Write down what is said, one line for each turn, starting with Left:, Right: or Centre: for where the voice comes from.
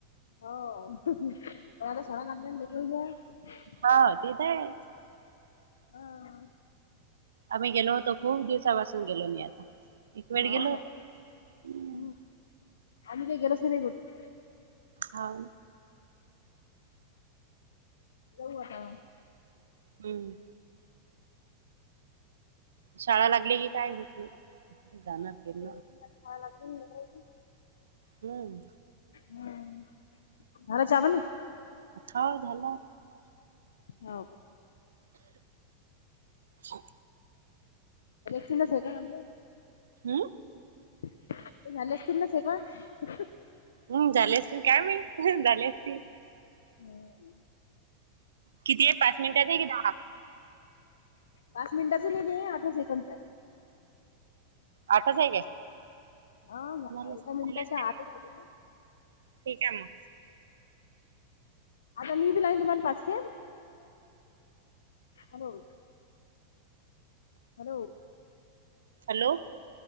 Left: हो पण आता शाळा <unintelligible>
Right: हा ते तर आहे
Left: हा
Right: आम्ही गेलो होतो. खूप दिवसापासून गेलो नाही आता एक वेळ गेलो
Left: हाव काय
Right: होतो हम्
Left: हम्म आम्ही काय गेलोचं नाही बाई कुठं.
Right: हो
Left: जाऊ आता
Right: हम्म शाळा लागली की काय होत नाही जाणं फिरणं
Left: आता शाळा लागली ना लेकराची
Right: हम्म
Left: हम झाला चबनी
Right: छाव झाला
Left: हो
Right: हा
Left: च ना से का म्हलं
Right: हम्म
Left: ते झालंस तु नच आहे पण
Right: हम झालेस काय मी झाले अस
Left: हम्म.
Right: किती आहे पाच मिनिटात आहे कि दहा?
Left: पाच मिनटाच नाहीेत आहे अठरा सेकंडच आहे
Right: आठच आहे काय?
Left: हा,
Right: झाले असतील
Left: एका मिनिटाच्या
Right: मग
Left: आतच आहे ते
Right: ठीक आहे मग
Left: आता मी बी लागन तुम्हाला पाचशे हॅलो हॅलो
Right: हॅलो